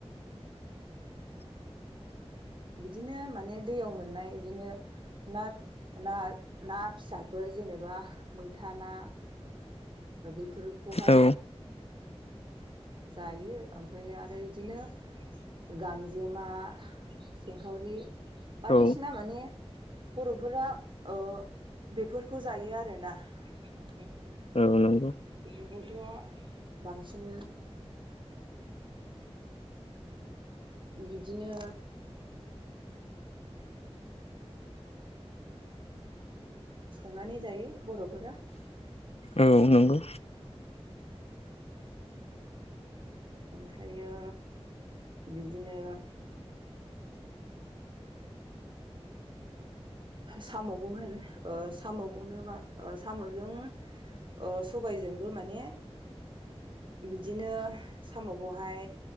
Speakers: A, on the left; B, on the right.
A: <inaudible> <unintelligible>
B: बिदिनो माने दैयाव मोननाय बिदिनो ना ना ना फिसाफोर जेनेबा मैथा ना बेफोरखौहाय
A: औ
B: जायो ओमफाय आरो इदिनो गांजेमा सिंखावरि बायदिसिना
A: औ
B: माने बर'फोरा ओ बेफोरखौ जायो आरोना उम
A: औ नंगौ
B: बेफोरखौथ' बांसिन बिदिनो संनानै जायो बर'फोरा
A: औ नंगौ
B: ओमफ्रायो बिदिनो साम'खौ होन साम'खौनो बा साम'जों ओ सबायजोंबो माने बिदिनो साम'खौहाय